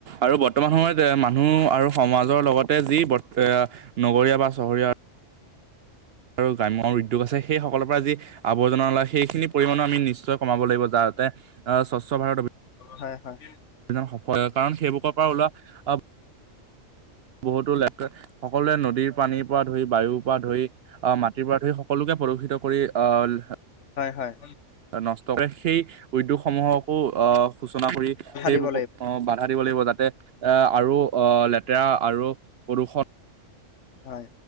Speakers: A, on the right; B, on the left.
A: আৰু বৰ্তমান সময়ত এ মানুহ আৰু সমাজৰ লগতে যি এয়া নগৰীয়া বা চহৰীয়া আৰু গ্ৰাম্য উদ্যোগ আছে, সেই সকলৰ পৰা যি আৱৰ্জনা ওলায় সেইখিনি পৰিমাণো আমি নিশ্চয় কমাব লাগিব। যাতে স্বচ্ছ ভাৰত অভি
B: হয় হয়
A: জন সফল হয় কাৰণ সেইবুকৰ পৰা ওলোৱা আহ বহুতো লে সকলোৱে নদীৰ পানীৰ পৰা ধৰি বায়ুৰ পৰা ধৰি আহ মাটিৰ পৰা ধৰি সকলোকে প্ৰদূষিত কৰি অহ।
B: হয়
A: নষ্ট কৰে সেই উদ্যোগসমূহকো অহ। সূচনা কৰি সেইবোকো
B: দিব
A: অহ বাধা দিব লাগিব যাতে এ আৰু আহ লেতেৰা আৰু প্ৰদূষণ
B: হয়